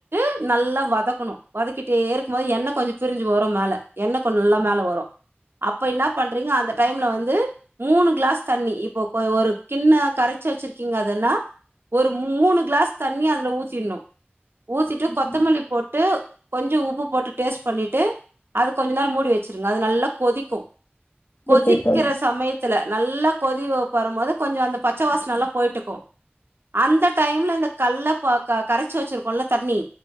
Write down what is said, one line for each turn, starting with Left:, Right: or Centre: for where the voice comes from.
Right: டு நல்லா வதக்கணு வதக்கிட்டே இருக்கும் போது எண்ணெ கொஞ்சோ பிரிஞ்சி வரு மேல எண்ணெ கொஞ்சோ நல்லா மேல வரு அப்ப இன்னா பண்றிங்க அந்த டைம்ல வந் து மூணு கிளாஸ் தண்ணி இப்போ கோ ஒரு கிண்ண கரைச்சு வெச்சிருக்கிங்க அதுன்னா ஒரு மூணு கிளாஸ் தண்ணிய அதுல ஊத்திட்ணு ஊத்திட்டு
Left: ஓகே தோழி
Right: கொத்தமல்லி போட்டு கொஞ்சோ உப்பு போட்டு டேஸ்ட் பண்ணிட்டு அது கொஞ்ச நேரோ மூடி வெச்சிருங்க அது நல்லா கொதிக்கோ கொதிக்கிற
Left: ஓகே தோழி ஓகே தோழி
Right: சமயத்துல நல்லா கொதி வ வரும்போது கொஞ்சோ அந்த பச்ச வாசனல்லா போயிட்டுக்கு அந்த டைம்ல இந்த கல்ல பா கா கரச்சு வெச்சிரு கொள்ல தண்ணி